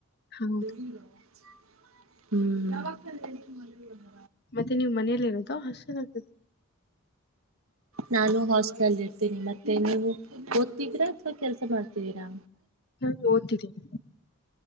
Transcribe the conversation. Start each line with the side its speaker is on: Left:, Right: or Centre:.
Left: ಹೌದು
Right: ಹ್ಮ್
Left: ಮತ್ತೆ ನೀವು ಮನಲಿ ಇರೋದು ಹಸನ್ಗದೆ
Right: ನಾನು ಹಾಸ್ಟೆಲ್ ಅಲ್ ಇರ್ತೀನಿ ಮತ್ತೆ ನೀವು ಓದ್ತಿದೀರಾ ಅಥವಾ ಕೆಲ್ಸ ಮಾಡ್ತಿದ್ದೀರಾ
Left: ನಾನು ಓದ್ತಿದ್ದೀನಿ